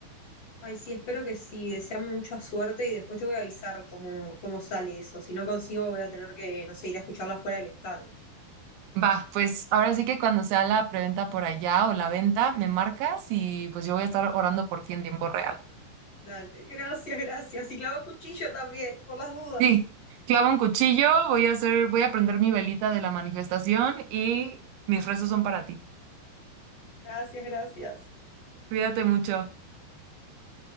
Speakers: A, on the left; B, on the right.
A: Ay, sí, espero que sí. Deseame mucha suerte y después te voy a avisar cómo, cómo sale eso. Si no consigo, voy a tener que, no sé, ir a escucharla fuera del estadio.
B: Va, pues ahora sí que cuando sea la preventa por allá o la venta, me marcas y pues yo voy a estar orando por ti en tiempo real.
A: Dale, <laughs> gracias, gracias. Y clavo cuchillo también, por las dudas.
B: Sí, clavo un cuchillo, voy a hacer, voy a prender mi velita de la manifestación y mis rezos son para ti.
A: Gracias, gracias.
B: Cuídate mucho.